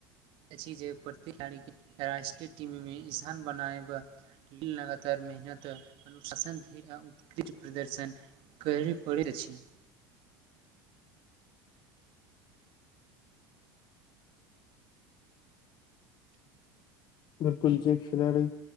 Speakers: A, on the right; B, on the left.
A: अछि जे खेलाड़ी राष्ट्रीय टीम मे स्थान बनायब लगातार मेहनत अनुशासन आ उत्कृष्ट प्रदर्शन करय पड़ैत अछि
B: बिलकुल जे खिलाड़ी